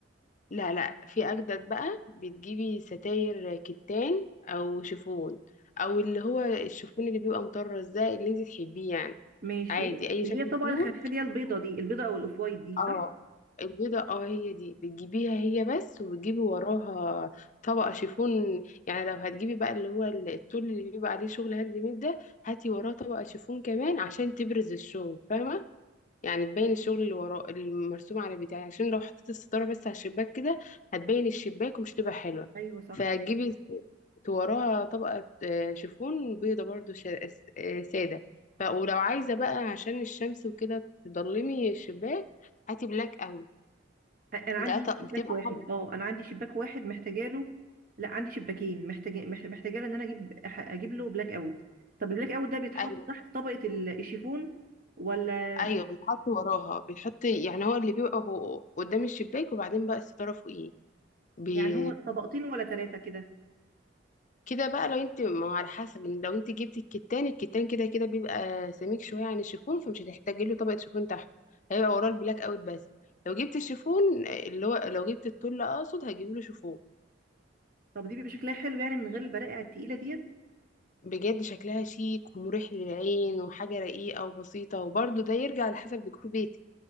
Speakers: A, on the left (about 40°); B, on the right (about 50°).
A: لا لا في أجدد بقى بتجيبي ستاير كتان أو شيفون أو اللي هو الشيفون اللي بيبقى مطرز ده اللي انت تحبيه يعني
B: ماشي
A: عادي أي
B: اللي
A: شكل
B: هي طبعا
A: فيهم
B: الخفيفه دي البيضه دي البيضه او الاوف وايت دي
A: اه
B: صح
A: البيضة اه هي دي بتجيبيها هي بس وبتجيبي وراها طبقة شيفون يعني لو هتجيبي بقى اللي هو ال- التول اللي بيبقى عليه شغل هاند ميد ده هاتي وراه طبقة شيفون كمان عشان تبرز الشغل فاهمة يعني تبين الشغل اللي وراه المرسوم على بتاعي عشان لو حطيت الستارة بس على الشباك كده هتبين الشباك ومش تبقى حلوة
B: ايوه صح
A: فهتجيبي ت- وراها طبقة آه، شيفون بيضة برضو شا- آه، س- آه، سادة ف ولو عايزة بقى عشان الشمس وكده تضلمي الشباك هاتي بلاك قوي
B: أ- انا عندي
A: ده ط-
B: شباك
A: بتبقى
B: واحد
A: حاجة
B: اه انا عندي شباك واحد محتاجه له لا عندي شباكين محتاجه مح- محتاجه له ان انا اجيب أح- اجيب له بلاك اوت طب البلاك اوت ده بيتحط
A: ايوه
B: تحت طبقه ال- الشيفون ولا
A: ايوه بيتحط وراها بيتحط يعني هو اللي بيبقى فوق- قدام الشباك وبعدين بقى الستارة فوقيه بي...
B: يعني هو طبقتين ولا ثلاثه كده
A: كده بقى لو انت ما هو على حسب ان لو انت جبتي الكتان الكتان كده كده بيبقى سميك شويه عن الشيفون فمش هتحتاجي له طبقه شيفون تحت هيبقى وراه البلاك اوت بس لو جبت الشيفون آه، اللي هو لو جبت التل اقصد هجيب له شيفون
B: طب دي بيبقى شكلها حلو يعني من غير البرائع التقيله ديت
A: بجد شكلها شيك ومريح للعين وحاجه رقيقه وبسيطه وبرده ده يرجع على حسب ديكور بيتك